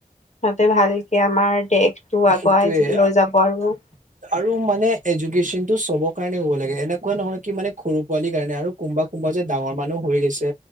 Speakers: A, on the left; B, on the right.
A: তহতে ভালকে আমাৰ দেশটো আগুৱাই
B: সেইটোয়ে
A: লৈ যাব আৰু
B: আৰু মানে এজুকেশ্যচন টো চবৰ কাৰণে হ'ব লাগে এনেকুৱা নহয় কি মানে সৰু পোৱালি কাৰণে আৰু কোনোবা। কোনোবা যে ডাঙৰ মানুহও হৈ গৈছে।।